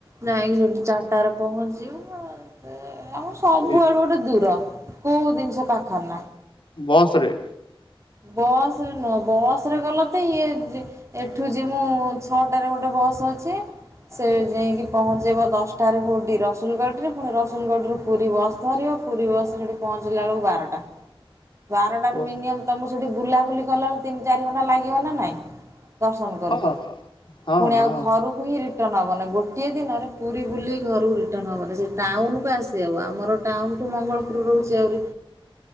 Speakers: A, on the right; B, on the left.
A: ଯାଇଁକି ସେଠି ଚା‌ର୍‌ଟାରେ ପହଞ୍ଚିବ। ସେ ଆମର ସବୁଆଡ଼ୁ
B: ଏ
A: ଗୋଟେ ଦୂର କୋଉ ଜିନ୍‌ଷ ପାଖରେ ନାଇଁ।
B: ବସ୍‌ରେ?
A: ବସ୍‌ରେ ନୁହ ବସ୍ ରେ ଗଲେ ତ ଇଏ ଜି ଏଠୁ ଯିମୁ ଛଟାରେ ଗୋଟେ ବସ୍ ଅଛି। ସେ ଯାଇଁକି ପହଞ୍ଚେଇବ ଦଶଟା ରେ କୋଉଠି ରସୁଲ୍‌ଗଡ୍‌ରେ। ପୁଣି ରସୁଲ୍‌ଗଡ୍‌ରୁ ପୁରୀ ବସ୍ ଧରିବ ପୁରୀ ବସ୍ ସେଠି ପହଞ୍ଚିଲା ବେଳକୁ ବାରଟା। ବାରଟାରୁ
B: ଓ
A: ମିନିଅମ୍ ତମୁକୁ ସେଠି ବୁଲାବୁଲି କଲା ବେଳେ ତିନ୍ ଚାରି ଘଣ୍ଟା ଲାଗିବ ନା ନାଇଁ? ଦର୍ଶନ୍ କରୁ
B: ହଁ
A: କରୁ
B: ହଁ
A: ପୁଣି
B: ହଁ
A: ଆଉ ଘରୁ <unintelligible> ରିଟନ୍ ହବନି ଗୋଟିଏ ଦିନରେ ପୁରୀ ବୁଲି ଘରୁ ରିଟର୍ନ ହବନି ସେ ଟାଉନକୁ ଆ ସେ ଆଉ ଆମର ଟାଉନଠୁ ମଙ୍ଗଳପୁର ରହୁଚି ଆହୁରି